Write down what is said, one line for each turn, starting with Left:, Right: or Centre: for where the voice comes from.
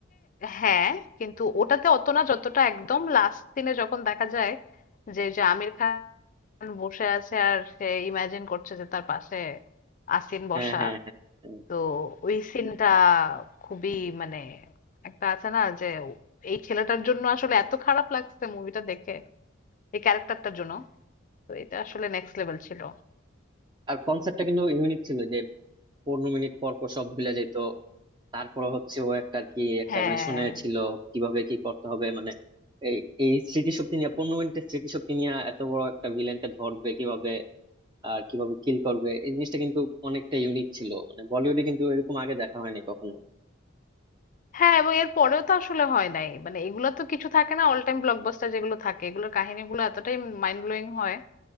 Left: হ্যাঁ কিন্তু ওটাতে অত না যতটা একদম লাস্ট সিনে যখন দেখা যায় যে যে আমির খান বসে আছে আর সে ইমাজিন করছে যে তার পাশে আসিন বসা
Right: হ্যাঁ হ্যাঁ হ্যাঁ হ্যাঁ।
Left: তো ওই সিনটা খুবই মানে একটা আছে না যে এই ছেলেটার জন্য আসলে এত খারাপ লাগছে মুভিটা দেখে এই ক্যারেক্টারটার জন্য তো এটা আসলে নেক্সট লেভেল ছিল
Right: আর কনসেপ্টটা কিন্তু ইউনিক ছিল যে পনেরো মিনিট পর পর সব ভুলে যেত তারপরে হচ্ছে ও একটা আর কি একটা
Left: হ্যাঁ
Right: মিশনে ছিল কিভাবে কি করতে হবে মানে এই এই স্মৃতিশক্তি নিয়ে পনেরো মিনিটের স্মৃতিশক্তি নিয়ে এত বড় একটা ভিলেনকে ধরবে কিভাবে আর কিভাবে কিল করবে এই জিনিসটা কিন্তু অনেকটা ইউনিক ছিল মানে বলিউডে কিন্তু এরকম আগে দেখা হয়নি কখনো
Left: হ্যাঁ, এবং এর পরেও তো আসলে হয় নাই। মানে এগুলা তো কিছু থাকে না অল টাইম ব্লকবাস্টার যেগুলো থাকে এগুলোর কাহিনীগুলো এতটাই মাইন্ড ব্লোয়িং হয়